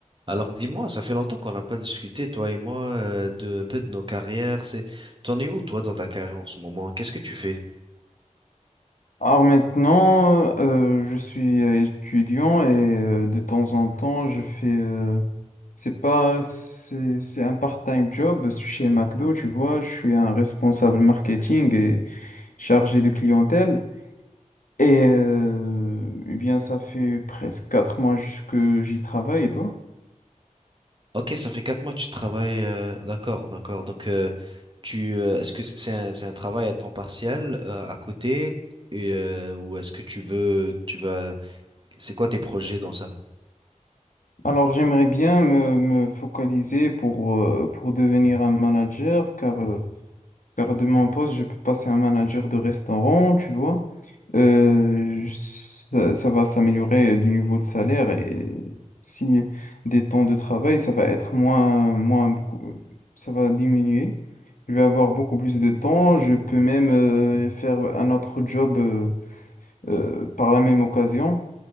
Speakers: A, on the right; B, on the left.
A: Alors dis-moi, ça fait longtemps qu'on n'a pas discuté, toi et moi, euh, de, un peu de nos carrières. C'est, t'en es où toi dans ta carrière en ce moment? Qu'est-ce que tu fais?
B: Alors maintenant, euh, je suis euh, étudiant et euh, de temps en temps, je fais, euh, c'est pas, c'est, c'est un part-time job chez McDo, tu vois, je suis un responsable marketing et chargé de clientèle. Et euh, eh bien, ça fait presque quatre mois juste que j'y travaille et toi?
A: Ok, ça fait quatre mois que tu travailles. euh, d'accord, d'accord. Donc euh, tu, euh, est-ce que c'est un, c'est un travail à temps partiel euh, à côté et euh, ou est-ce que tu veux, tu vas, c'est quoi tes projets dans ça?
B: Alors, j'aimerais bien me, me focaliser pour, euh, pour devenir un manager, car, euh, car de mon poste, je peux passer un manager de restaurant, tu vois. Euh, je- ça, ça va s'améliorer du niveau de salaire et si des temps de travail, ça va être moins, moins beaucoup, ça va diminuer. Je vais avoir beaucoup plus de temps. Je peux même euh, faire un autre job euh, euh, par la même occasion.